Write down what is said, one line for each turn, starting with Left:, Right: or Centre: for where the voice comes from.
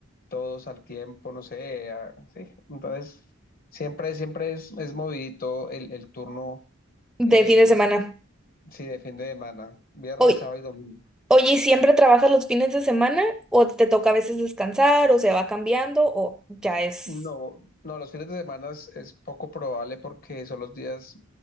Left: todos al tiempo, no sé, a- sí. Entonces siempre, siempre es, es movidito el, el turno,
Centre: de
Left: eh,
Centre: fin de semana.
Left: si depende de semana, viernes,
Centre: Hoy.
Left: sábado y domingo.
Centre: Oye, ¿y siempre trabajas los fines de semana? ¿O te toca a veces descansar? ¿O se va cambiando? ¿O ya es?
Left: No, no, los fines de semana es, es poco probable porque son los días